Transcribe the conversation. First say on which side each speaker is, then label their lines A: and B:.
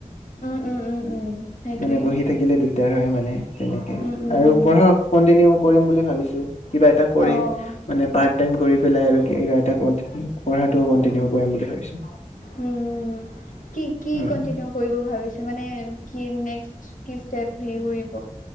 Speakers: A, on the left; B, on the left.
A: উম উম উম উম সেইটোৱে
B: মানে বহি থাকিলে দিগদাৰ হয় মানে তেনেকে
A: উম উম
B: আৰু
A: উম
B: পঢ়া কন্টিনিউ কৰিম বুলি ভাবিছো কিবা এটা
A: অ',
B: কৰি মানে পাৰ। টাইম কৰি পেলাই আৰু কিবা এটা পঢ়াটো কন্টিনিউ
A: উম,
B: কৰিম বুলি ভাবিছো
A: উম। কি কি
B: উম।
A: কন্টিনিউ কৰিব ভাবিছে মানে কি নেক্স কি ষ্টেপ হে কৰিব।